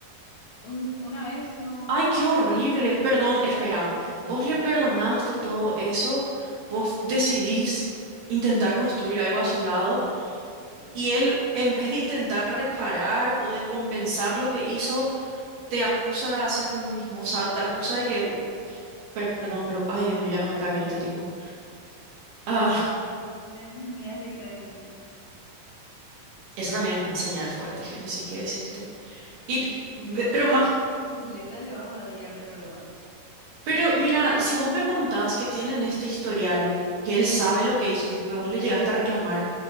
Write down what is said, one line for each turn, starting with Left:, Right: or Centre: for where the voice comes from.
Left: Un- una vez nos...
Right: Ay, qué horrible. Perdón, espera. ¿Vos le perdonaste todo eso? ¿Vos decidís intentar construir algo a su lado?
Left: eh,
Right: Y él, en vez de intentar reparar o de compensar lo que hizo, te acusa de hacer lo mismo. O sea, te acusa de que... Perdón, pero... Ay, Dios mío, ya no me cae bien este tipo. Ah,
Left: Una de mis amigas le cae bien.
Right: <laughs> esa también es una señal fuerte, Génesis, qué decirte. Y,
Left: Si
Right: ve-
Left: te cuento
Right: pero
Left: la
Right: más...
Left: historia completa, le vas a odiar de verdad.
Right: Pero mira, si vos me contás que tienen este historial, que él sabe lo que hizo, tipo que vos le llegaste a reclamar.